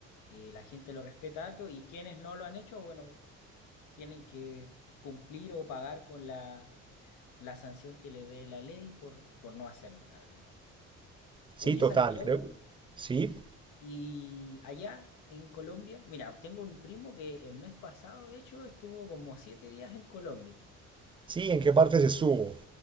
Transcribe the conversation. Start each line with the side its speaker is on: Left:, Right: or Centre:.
Left: eh, la gente lo respeta harto y quienes no lo han hecho, bueno, tienen que cumplir o pagar con la, la sanción que le dé la ley por, por no hacerlo, la verdad.
Right: Sí,
Left: Oye,
Right: total,
Left: Santiago,
Right: creo. Sí,
Left: y allá en Colombia, mira, tengo un primo que el mes pasado, de hecho, estuvo como siete días en Colombia.
Right: sí,
Left: Eh,
Right: ¿en qué parte se subo?